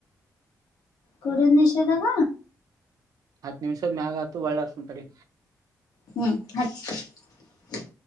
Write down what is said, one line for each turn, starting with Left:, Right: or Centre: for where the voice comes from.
Left: ಕೊಡ <unintelligible> ನಿಷೇಧಾಗ
Right: ಹತ್ತು ನಿಮಿಷದ ಮ್ಯಾಗ <unintelligible> ಹತು ಒಳ್ಳ ಅಸಂತರಿ
Left: ಹ್ಮ್ ಹತ್ <unintelligible>